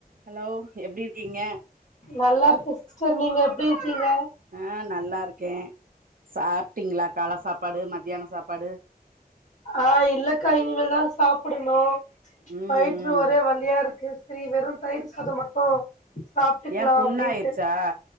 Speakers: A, on the right; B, on the left.
A: hello எப்பிடி இருக்கீங்க
B: நல்லா இருக்கே சிஸ்டர் நீங்க எப்டி இருக்கீங்க
A: அ நல்லா இருக்கே சாப்ட்டீங்களா கால சாப் ப்பாடு மத்தியான சாப்பாடு
B: ஆ இல்லக்கா இனிமேல்தா சாப்டணு
A: ம்
B: வயிற்றுல
A: ம்
B: ஒரே வலியா இருக்கு சரி வெறு தயிர் சாதம் மட்டு சாப்ட்டுக்கலா
A: ஏ புண்ணாயிருச்சா
B: அப்டின்ட்டு